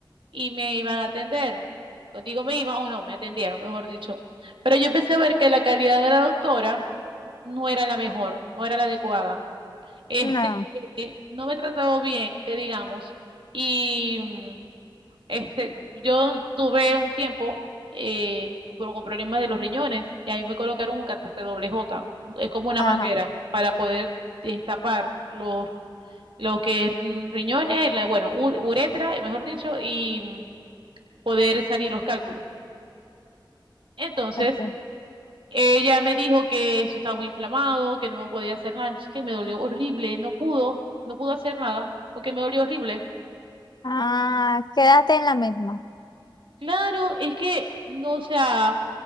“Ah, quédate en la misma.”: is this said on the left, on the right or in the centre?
Left